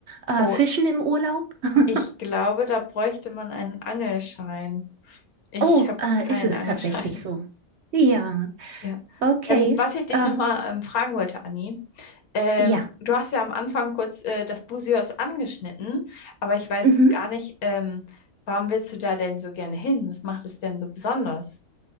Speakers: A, on the right; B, on the left.
A: Äh,
B: Oh,
A: Fischen im Urlaub? <laughs>
B: ich glaube, da bräuchte man einen Angelschein. Ich
A: Oh,
B: habe
A: äh,
B: keinen
A: ist es
B: Angelschein.
A: tatsächlich so?
B: <laughs>
A: Ja,
B: Ja.
A: okay.
B: Ähm, was ich dich
A: Ähm,
B: nochmal ähm, fragen wollte, Anni, ähm,
A: ja.
B: du hast ja am Anfang kurz äh, das Busios angeschnitten, aber ich weiß
A: Mhm.
B: gar nicht, ähm, warum willst du da denn so gerne hin? Was macht es denn so besonders?